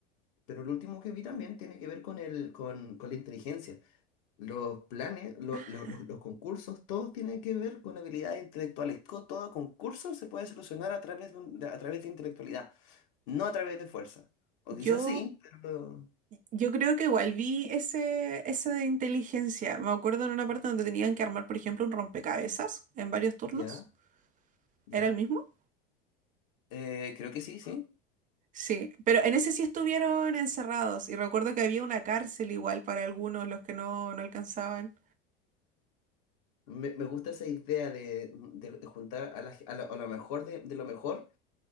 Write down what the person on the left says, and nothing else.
Pero lo último que vi también tiene que ver con el, con, con la inteligencia. Los planes, lo-
lo- lo- los concursos, todos tienen que ver con habilidades intelectuales. Co- Todo concurso se puede solucionar a través de, un- de- a través de intelectualidad, no a través de fuerza. O quizás
sí, pero...
Ya, ya.
Eh, creo que sí, sí.
Me, me gusta esa idea de, de- de juntar a, la, a, lo, a lo mejor de, de lo mejor